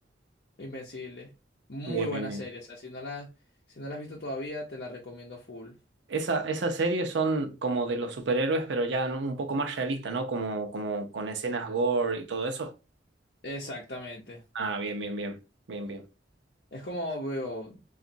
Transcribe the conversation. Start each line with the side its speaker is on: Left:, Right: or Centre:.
Left: Invencible. Muy
Right: Bien,
Left: buena
Right: bien, bien.
Left: serie. O sea, si no la, si no la has visto todavía, te la recomiendo full.
Right: Esa, esas series son como de los superhéroes, pero ya un poco más realistas, ¿no? Como, como con escenas gore y todo eso.
Left: Exactamente.
Right: Ah, bien, bien, bien, bien, bien.
Left: Es como veo,